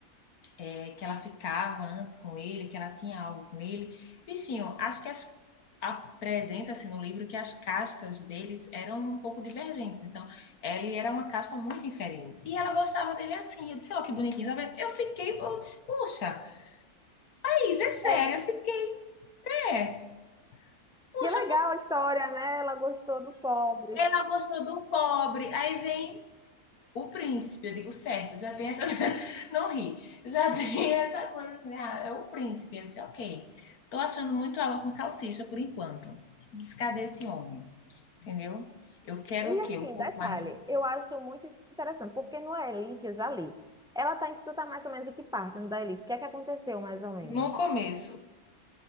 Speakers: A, on the left; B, in the centre.
A: é, que ela ficava antes com ele, que ela tinha algo com ele, bichinho, acho que as- apresenta-se no livro que as castas deles eram um pouco divergentes. Então, ele era uma casta muito inferior. E ela gostava dele assim. Eu disse, ó, oh, que bonitinho. sabe? Eu fiquei, eu disse, puxa, Thaís, é sério,
B: É,
A: eu fiquei, é. Puxa,
B: que legal a história, né? Ela gostou do pobre.
A: ela gostou do pobre, aí vem o príncipe, eu digo certo, já tem essa. <laughs> Não ri, já <laughs> tem essa coisa assim, ah, é o príncipe. Ele disse, ok, tô achando muito água com salsicha por enquanto. Disse, cadê esse homem? Entendeu? Eu quero
B: E
A: o quê?
B: assim,
A: Um pouco
B: detalhe,
A: mais.
B: eu acho muito interessante, porque no Elite eu já li. Ela tá, em- tu tá mais ou menos em que parte no da Elite? O que é que aconteceu, mais ou menos?
A: No começo,